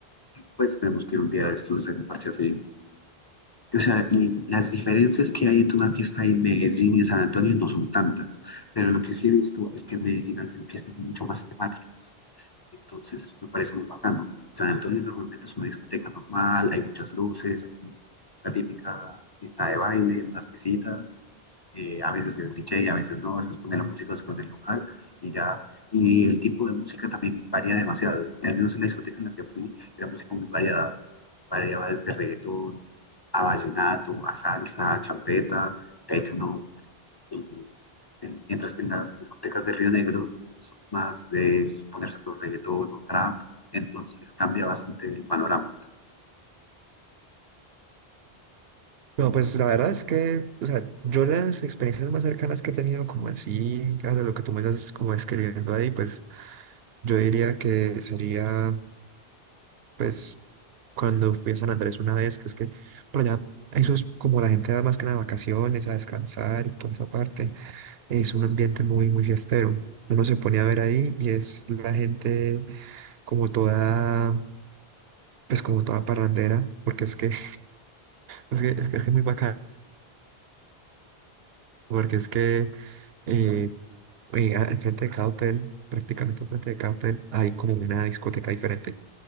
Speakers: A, on the left (about 30°); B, on the right (about 75°).
A: pues tenemos que ir un día de estos a hacer un parche así. O sea, y las diferencias que hay entre una fiesta en Medellín y en San Antonio no son tantas, pero lo que sí he visto es que en Medellín hacen fiestas mucho más temáticas, entonces me parece muy bacano. San Antonio normalmente es una discoteca normal, hay muchas luces, hay la típica pista de baile, unas mesitas, eh, a veces soy un DJ, a veces no, a veces ponen la música después del local y ya. Y el tipo de música también varía demasiado. Al menos en la discoteca en la que fui, era música muy variada. Variaba desde reggaetón a vallenato, a salsa, a champeta, tecno. Y- en- mientras que en las discotecas de Río Negro son más de poner solo reggaetón o trap. Entonces cambia bastante el panorama.
B: No, pues la verdad es que, o sea, yo las experiencias más cercanas que he tenido, como así, de lo que tú me estás como describiendo ahí, pues yo diría que sería pues cuando fui a San Andrés una vez, que es que por allá, eso es como la gente da más que nada vacaciones, a descansar y toda esa parte, es un ambiente muy, muy fiestero. Uno se pone a ver ahí y es la gente como toda, pues como toda parrandera, porque es que <laughs> es que es, que es muy bacano, porque es que eh, eh, a- al frente de cada hotel, prácticamente al frente de cada hotel, hay como una discoteca diferente.